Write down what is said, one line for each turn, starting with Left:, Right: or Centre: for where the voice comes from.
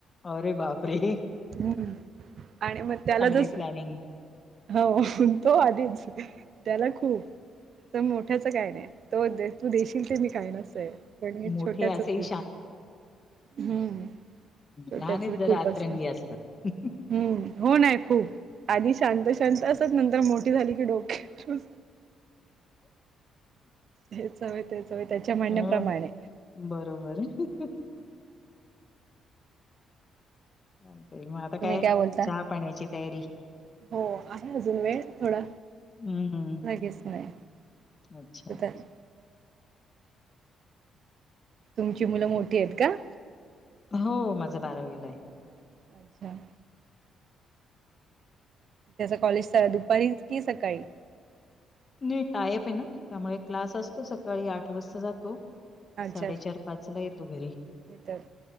Left: अ रे बाप रे.
Right: हम्म आणि मग त्याला जस
Left: आहे प्लॅनिंग.
Right: हो तो आधीच त्याला खूप तर मोठ्याच काय नाही तो तू देशील ते मी काही नसते पण
Left: मोठे
Right: छोट्याच
Left: असेही
Right: खूप, हम्म. छोट्याच
Left: लहानेच
Right: खूप
Left: जरा आतरंगी
Right: असतं
Left: असतात.
Right: हम्म हो ना खूप आधी शांत, शांत असत नंतर मोठी झाली की डोक्या हेचव, तेचव त्याच्या म्हणण्याप्रमाणे.
Left: हो बरोबर आहे. चालतय मग आता
Right: तुम्ही
Left: काय?
Right: बोलता?
Left: चहा पाण्याची तयारी.
Right: हो आहे अजून वेळ थोडा
Left: हं.
Right: लागेच नाही.
Left: अच्छा.
Right: अ ह् <inaudible> तुमची मुलं मोठी आहेत का?
Left: हो माझा बारावीला आहे.
Right: अच्छा. त्याच कॉलेज स दुपारी की सकाळी?
Left: नाही टायप आहे ना त्यामुळे क्लास असतो सकाळी आठ वाजता जातो.
Right: अच्छा
Left: साडेचार, पाच ला येतो घरी,
Right: येतात